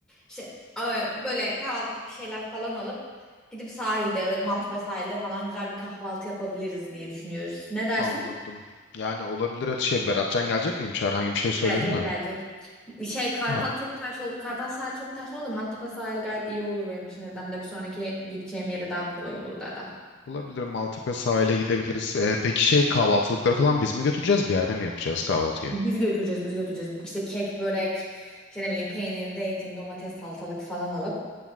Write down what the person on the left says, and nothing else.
Anladım. Yani olabilir et- şey Beratcan gelecek miymiş? Herhangi bir şey söyledi
mi?
Ha.
Olabilir Maltepe sahile gidebiliriz. Ee, peki şey kahvaltılıkları falan biz mi götüreceğiz? Bir yerde mi yapacağız kahvaltıyı?